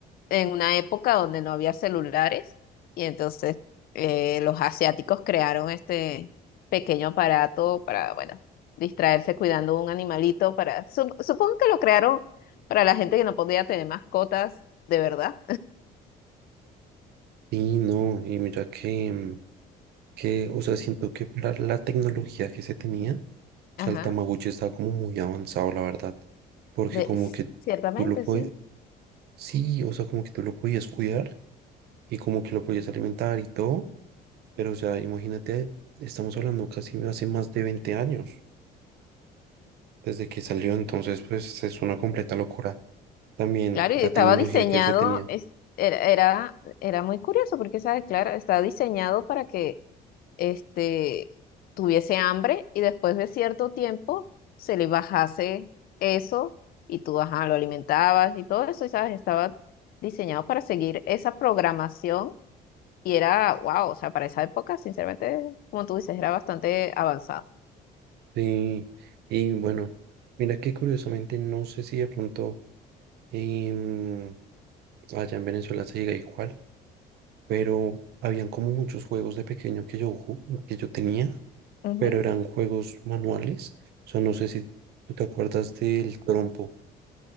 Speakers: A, on the left; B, on the right.
A: en una época donde no había celulares y entonces eh, los asiáticos crearon este pequeño aparato para, bueno, distraerse cuidando un animalito para, sup- supongo que lo crearon para la gente que no podía tener mascotas de verdad.
B: y no, y mira que, mm, que, o sea, siento que para la tecnología que se tenía, o
A: <laughs> Ajá,
B: sea, el Tamaguchi estaba como muy avanzado, la verdad, porque
A: de,
B: como que
A: ciertamente,
B: tú lo podías,
A: sí.
B: Sí, o sea, como que tú lo podías cuidar y como que lo podías alimentar y todo, pero o sea, imagínate, estamos hablando casi hace más de 20 años desde que salió, entonces pues es una completa locura también
A: Claro, y
B: la
A: estaba
B: tecnología
A: diseñado,
B: que se tenía.
A: es- era, era, era muy curioso porque, ¿sabes? Claro, estaba diseñado para que este, tuviese hambre y después de cierto tiempo se le bajase eso y tú, ajá, lo alimentabas y todo eso, y, ¿sabes? Estaba diseñado para seguir esa programación y era, wow, o sea, para esa época, sinceramente, como tú dices, era bastante avanzado.
B: Sí, y bueno, mira que curiosamente no sé si de pronto em, allá en Venezuela se llega igual, pero habían como muchos juegos de pequeño que yo, ju- que yo tenía
A: Ujú.
B: pero eran juegos manuales. O sea, no sé si tú te acuerdas del trompo.